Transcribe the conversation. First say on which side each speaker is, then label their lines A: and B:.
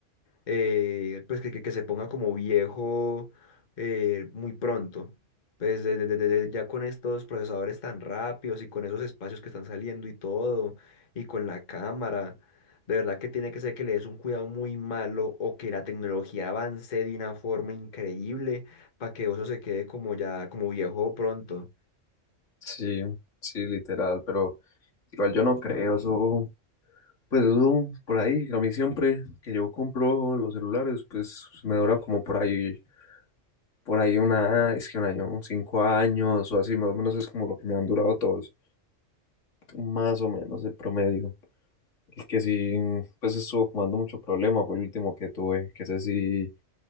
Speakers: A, on the left; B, on the left.
A: eh, pues que, que, que se ponga como viejo eh, muy pronto. Pues de- de- de- de- ya con estos procesadores tan rápidos y con esos espacios que están saliendo y todo, y con la cámara, de verdad que tiene que ser que le des un cuidado muy malo o que la tecnología avance de una forma increíble para que eso se quede como ya, como viejo pronto.
B: Sí, sí, literal, pero igual yo no creo eso, pues eso por ahí, a mí siempre que yo compro los celulares, pues me dura como por ahí, por ahí una, es que un año, cinco años o así, más o menos es como lo que me han durado todos, más o menos el promedio. El que sí, pues estuvo como dando mucho problema fue el último que tuve, que ese sí,